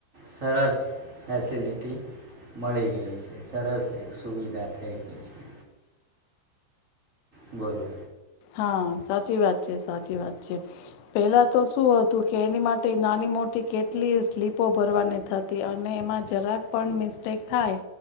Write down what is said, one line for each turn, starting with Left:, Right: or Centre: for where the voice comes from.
Right: સરસ ફેસિલિટી મળી ગઈ છે. સરસ એક સુવિધા થઈ ગઈ છે. બોલો.
Left: હા સાચી વાત છે, સાચી વાત છે. પહેલાં તો શું હતું કે એની માટેય નાની મોટી કેટલીય સ્લીપો ભરવાની થાતી અને એમાં જરાક પણ મિસ્ટેક થાય